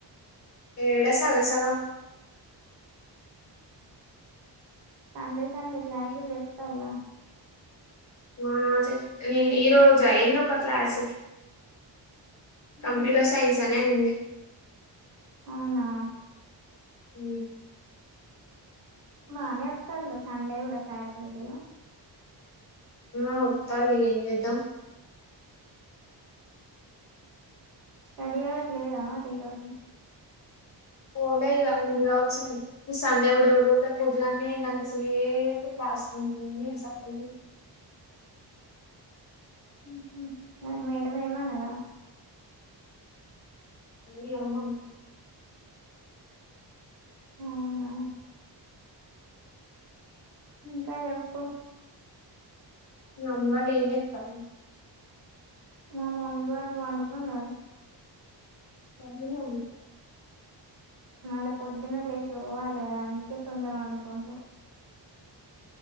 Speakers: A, on the left (about 40°); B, on the right (about 60°).
A: ఏడ సగం సగం
B: సండే సండే క్లాసులు చెప్తాన్ల
A: ఆ చె నేను ఈరోజు అయింది ఒక క్లాసు
B: ఉహు
A: కంప్యూటర్ సైన్స్ అనే హింది
B: అవునా
A: హ
B: బాగానే చెప్తళ సండే కూడా ఫ్యాకల్టీ
A: ఆ ఉత్తల్లియింది ఎదం
B: స్టడీ అవర్ లేదా మరి ఈరోజు
A: ఓలేదుద ఉంది కావచ్చు కానీ న సండే కూడా ఎవరు పోత పోద్దు కాగానీకంట అసలు ఏయితే క్లాసు ఉంటు నేను చెప్పల్
B: ఉహు మరి మేడ ఏమనదా
A: అ అమంట
B: అవునా ఇంకాప్పు
A: అమ్మళ ఏని ఇస్తారు
B: వాళ్ళలు వడుకున్నారు
A: రమ ఉ
B: న పొద్దున లేషోవాల అందుకే తొందర అనుకుంట